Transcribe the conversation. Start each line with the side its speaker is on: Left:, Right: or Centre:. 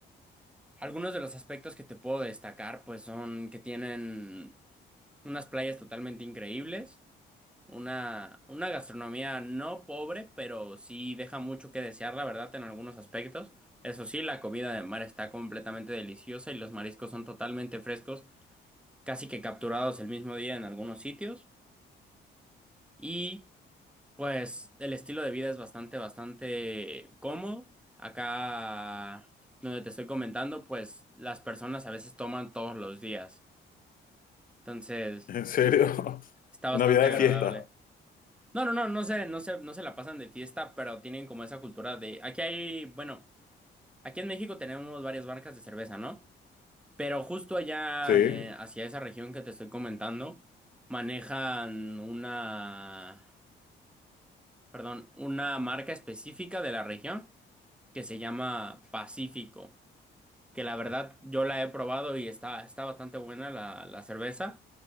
Centre: algunos de los aspectos que te puedo destacar, pues son que tienen unas playas totalmente increíbles. Una, una gastronomía no pobre, pero sí deja mucho que desear, la verdad, en algunos aspectos. Eso sí, la comida de mar está completamente deliciosa y los mariscos son totalmente frescos, casi que capturados el mismo día en algunos sitios. Y pues el estilo de vida es bastante, bastante cómodo. Acá donde te estoy comentando, pues las personas a veces toman todos los días. Entonces,
Left: <laughs> ¿En serio? <laughs>
Centre: está bastante
Left: Una vida
Centre: agradable.
Left: de fiesta.
Centre: No, no, no, no se, no se, no se la pasan de fiesta, pero tienen como esa cultura de... Aquí hay, bueno, aquí en México tenemos varias marcas de cerveza, ¿no? Pero justo allá,
Left: Sí.
Centre: eh, hacia esa región que te estoy comentando, manejan una, perdón, una marca específica de la región que se llama Pacífico, que la verdad yo la he probado y está, está bastante buena la, la cerveza.